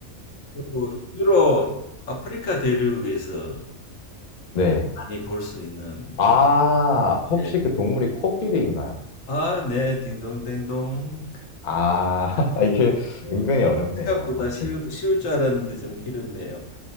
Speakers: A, on the left; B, on the left.
A: 그리고 주로 아프리카 대륙에서
B: 네.
A: 예, 많이 볼 수 있는
B: 아,
A: 예.
B: 혹시
A: 예.
B: 그 동물이 코끼리인가요?
A: 아, 네, 딩동댕동.
B: 아, <laughs> 이게
A: 네.
B: 은근히 어렵네요.
A: 생각보다
B: 마침.
A: 쉬울, 쉬울 줄 알았는데 좀 길었네요.